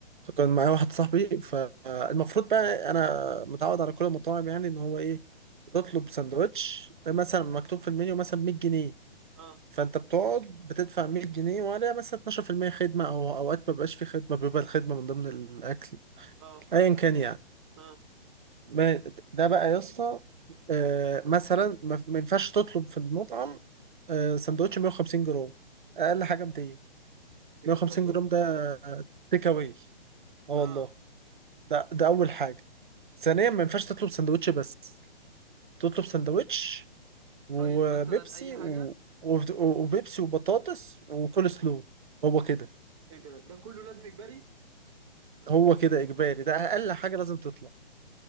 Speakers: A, on the right; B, on the right.
A: كان معايا واحد صاحبي فالمفروض بقى انا متعود على كل المطاعم يعني ان هو ايه بتطلب سندوتش مثلا مكتوب في المنيو مثلا 100 جنيه
B: اه
A: فانت بتقعد بتدفع 100 جنيه وعليها مثلا 12% خدمه او اوقات ما بيبقاش في خدمه بيبقى الخدمه من ضمن الاكل
B: اه فا
A: ايا كان يعني
B: اه
A: ما- ده بقى يا اسطى آه، مثلا ما ما ينفعش تطلب في المطعم آه، سندوتش 150 جرام اقل حاجه 200
B: بجد
A: 150
B: والله
A: جرام ده تيك اواي اه والله
B: اه
A: ده ده اول حاجه ثانيا ما ينفعش تطلب سندوتش بس تطلب سندوتش وبيبسي
B: فرايز مثلا اي حاجه
A: و... وبت- وبيبسي وبطاطس وكول سلو هو كده
B: ايه ده ده كله لازم اجباري
A: هو كده اجباري ده اقل حاجه لازم تطلع